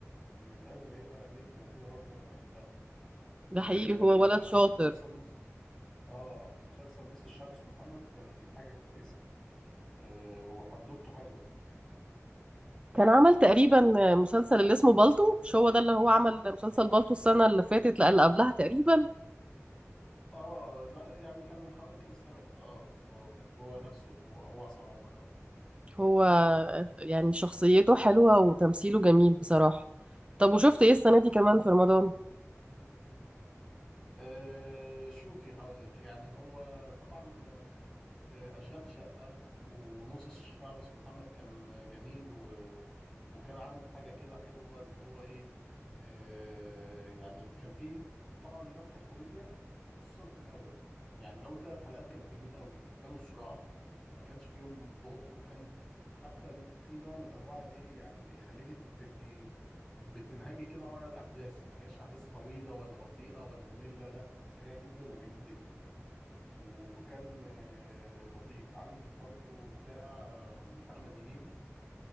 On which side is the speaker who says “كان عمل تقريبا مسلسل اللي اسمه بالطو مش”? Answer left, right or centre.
Right